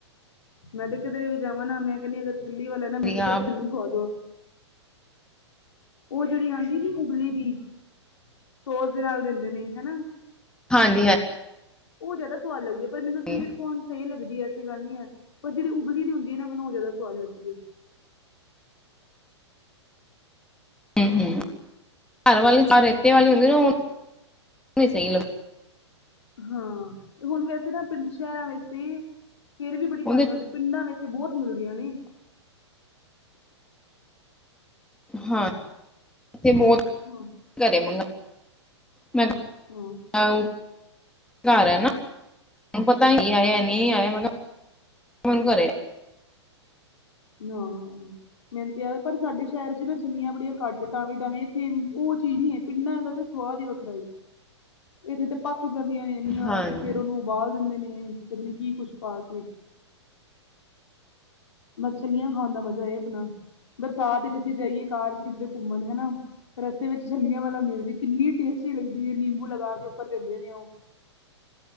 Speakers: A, on the left (about 75°); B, in the centre.
A: ਮੈਂ ਤੇ ਕਿਧਰੇ ਵੀ ਜਾਵਾਂ ਨਾ ਮੈਂ ਕਹਿੰਦੀ ਛੱਲੀ ਵਾਲਾ ਨਾ
B: ਵਧੀਆ,
A: ਮੈਨੂੰ ਬਸ ਛੱਲੀ ਖਵਾ ਦੋ। ਉਹ ਜਿਹੜੀ ਆਉਂਦੀ ਨੀ ਉਬਲੀ ਦੀ, ਸੋਸ ਦੇ ਨਾਲ ਦਿੰਦੇ ਨੇ ਹੈਨਾ
B: ਹਾਂਜੀ-ਹਾਂਜੀ
A: ਉਹ ਜ਼ਿਆਦਾ ਸਵਾਦ ਲਗਦੀ ਹੈ ਪਰ ਮੈਨੂੰ
B: ਹਾਂਜੀ
A: ਸਵੀਟ ਕੋਰਣ ਸਹੀ ਲੱਗਦੀ ਹੈ ਐਸੀ ਗੱਲ ਨੀ ਹੈ, ਪਰ ਜਿਹੜੀ ਉਬਲੀ ਦੀ ਹੁੰਦੀ ਹੈ ਨਾ ਮੈਨੂੰ ਉਹ ਜ਼ਿਆਦਾ ਸੁਵਾਦ ਲੱਗਦੀ ਹੈ।
B: ਹੂ ਹੂ ਘਰ ਵਾਲੀ ਔ ਰੇਤੇ ਵਾਲੀ ਨਾ, ਔਹ ਸਹੀ ਲਗਦੀ
A: ਹਾਂ ਹੁਣ ਵੈਸੇ ਨਾ ਪਿੰਡ, ਸ਼ਹਿਰਾਂ ਵਿੱਚ ਵੀ ਫੇਰ ਵੀ ਬੜੀ
B: ਉਹਦੇ
A: ਘੱਟ ਵੱਧ ਪਿੰਡਾਂ ਵਿੱਚ ਬਹੁਤ ਮਿਲਦੀਆਂ ਨੇ
B: ਹਾਂ ਇਥੇ ਬਹੁਤ
A: ਹਾਂ
B: ਘਰੇ ਮੰਗਾ ਮੈਂ
A: ਹੂ
B: ਕਿਹਾ ਘਰ ਹੈ ਨਾ ਪਤਾ
A: ਅੱਛਾ
B: ਨੀ ਆਇਆ, ਨਹੀਂ ਆਇਆ ਮੈਂ ਕਿਹਾ ਫੋਨ ਕਰੇ
A: ਹਾਂ ਮੇਹਨਤੀ ਹੈ, ਪਰ ਸਾਡੇ ਸ਼ਹਿਰ ਚ ਨਾ ਛੱਲੀਆਂ ਬੜੀਆਂ ਘੱਟ ਟਾਵੇਂ-ਟਾਵੇਂ ਇੱਥੇ, ਉਹ ਚੀਜ਼ ਨੀ ਹੈ ਪਿੰਡਾਂ ਦਾ ਤਾਂ ਸਵਾਦ ਹੀ ਵੱਖਰਾ। ਇੱਥੇ ਤੇ ਪੱਕ ਜਾਂਦੀਆਂ ਨੇ ਇਨੀਆਂ
B: ਹਾਂਜੀ
A: ਤੇ ਫੇਰ ਉਹਨੂੰ ਉਬਾਲ ਦਿੰਦੇ ਨੇ ਪਤਾ ਨੇ ਕੀ ਕੁੱਛ ਪਾ ਕੇ। ਛਲੀਆਂ ਖਾਣ ਦਾ ਮਜਾ ਹੈ ਆਪਣਾ, ਬਰਸਾਤ ਚ ਅਸੀਂ ਜਾਈਏ ਕਾਰ ਚ ਕਿਧਰੇ ਘੁੰਮਣ ਹੈਨਾ। ਰਸਤੇ ਵਿੱਚ ਛਲੀਆਂ ਵਾਲਾ ਮਿਲ ਜਾਏ, ਕਿੰਨੀ ਟੇਸਟੀ ਲੱਗਦੀ ਹੈ ਨਿੰਬੂ ਲਗਾ ਕੇ ਉੱਪਰ ਦਿੰਦੇ ਨੇ ਉਹ